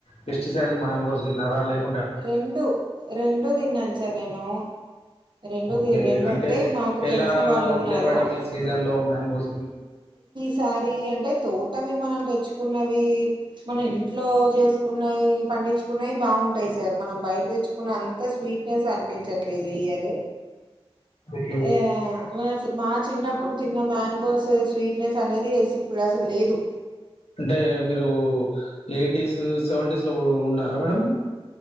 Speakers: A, on the left (about 85°); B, on the right (about 50°).
A: పెస్టిసైడ్ మ్యాంగోస్ తిన్నారా లేద్
B: రెండు రెండు తిన్నాను సార్ నేను రెండు
A: ఓకే
B: తి- రెండు
A: అంటే
B: మాకు
A: ఎలా
B: తెలిసిన వాళ్ళు
A: ఉండే
B: ఉన్నారు
A: మేడం ఈ సీజన్ లో మ్యాంగోస్
B: ఈ సారి అంటే తోటవి మనం తెచ్చుకున్నవి మన ఇంట్లో చేసుకున్నాయి పండించుకున్నాయి బాగుంట టాయి సార్ మనం బయట తెచ్చుకున్న అంత స్వీట్నెస్ అనిపించట్లేదు ఈ ఇయర్
A: ఓకే
B: యా మా మా చిన్నప్పుడు తిన్న మ్యాంగోస్ స్వీట్నెస్ అనేదోచ్చేసి ఇప్పుడు అస్సలు లేదు
A: అంటే మీరు ఎయిటీస్ సెవెంటీస్ ఇట్ల గూడ ఉన్నారా మేడం